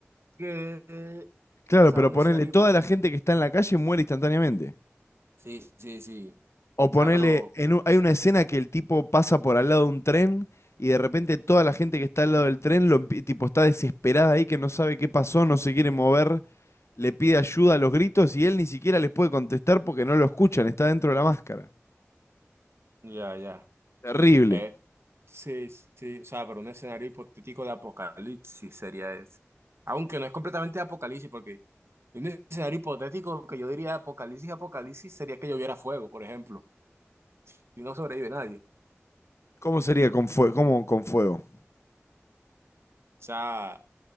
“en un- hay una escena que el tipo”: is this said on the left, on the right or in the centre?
Left